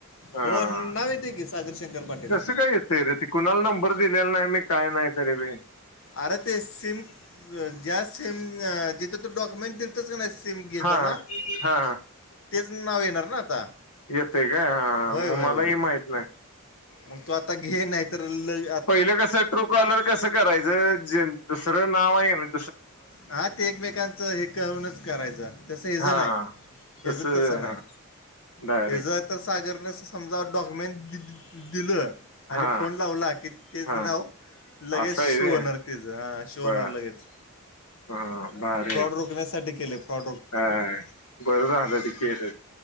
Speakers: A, on the left; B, on the left.
A: हा
B: हो नाव येते की सागर शंकर पाटील
A: कसं काय येतय रे ते कुणाला नंबर दिलेला नाही मी काय नाही तरी बि..
B: अरे ते सिम ज्या सिम जिथ तु डॉक्युमेंट देतो देतोस का नाही सिम घेताणा
A: हा हा हा
B: तेच नाव येणार ना आता..
A: येत का हा
B: होय
A: मग
B: होय
A: मलाही
B: होय
A: माहित नाही
B: मग तु आता घे नाही तर लई
A: पहिलं कसं ट्रू कॉलर कसं करायचं जे दुसरं नाव आहे कणी..
B: हा ते एकमेकांचं हे करूनच करायचं तसं हेज
A: हा
B: नाही.. हेज
A: तस
B: तसं नाही
A: हा डायरेक्ट
B: हेजं तर सागरने समजा डॉक्युमेंट दि दिलं, आणि
A: हा
B: फोन लावला की तेच
A: हा
B: नाव लगेच
A: असं आहे
B: शो
A: रे
B: होणार, तेच हा शो होणार
A: बर
B: लगेच.
A: हा, भारी हाय!
B: <unintelligible> केले, फो
A: अ अ अ बरं झालं ते केल,